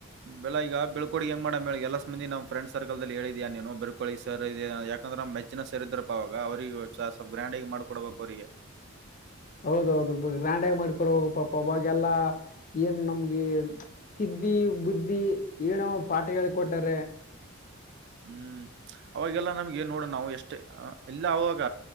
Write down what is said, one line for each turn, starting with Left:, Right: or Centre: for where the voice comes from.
Right: ಬೆಳ ಈಗ ಬೆಳ್ಕೋಡಿಗೆ ಹೆಂಗ ಮಾಡ ಮೇಳ ಎಲ್ಲ ಸಂದ ನಮ ಫ್ರೆಂಡ್ಸ್ ಸರ್ಕಲ್ ನಲ್ಲಿ ಹೇಳಿದ್ಯಾ ನೀನು ಬೆರ್ಳ್ಕಳಿ ಸರ್ ಇ ಯಾಕಂದ್ರೆ ಮ ಹೆಚ್ಚಿನ ಸೇರಿದ್ರಪ್ಪ ಅವಾಗ ಅವ್ರಿಗೆ ಸ್ವಲ್ಪ ಗ್ರ್ಯಾಂಡಗಿ ಮಾಡ್ಕೊಡ್ಬೇಕು ಅವ್ರಿಗೆ
Left: ಹೌದೌಹೌದು ಗ್ರ್ಯಾಂಡಗಿ ಮಾಡಕೊಡಬಕ್ ಪಾಪ ಅವಾಗೆಲ್ಲಾ ಏನ್ ನಮ್ಗೆ ತಿದ್ದಿ ಬುದ್ಧಿ ಏಣೋ ಒಂದ ಪಾಠ ಹೇಳಿ ಕೊಟ್ಟಾರ
Right: ಹ್ಮ್ ಅವಾಗೆಲ್ಲ ನಮ್ಗೆ ನೋಡೋಣ ನಾವು ಎಷ್ಟೇ ಎಲ್ಲ ಆವಾಗ